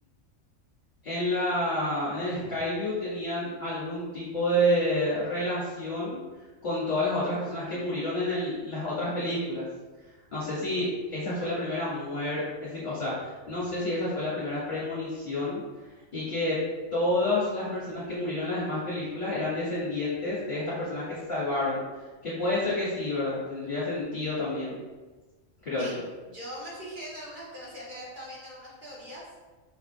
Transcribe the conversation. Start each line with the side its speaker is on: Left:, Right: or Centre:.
Left: en la, en el Skyview tenían algún tipo de relación con todas las otras personas que murieron en el- las otras películas. No sé si esa fue la primera muerte, o sea, no sé si esa fue la primera premonición y que todas las personas que murieron en las demás películas eran descendientes de estas personas que se salvaron. Que puede ser que sí, ¿verdad? Tendría sentido también, creo
Right: Sí,
Left: yo.
Right: yo me fijé en algunas teorías, o sea que estaba viendo algunas teorías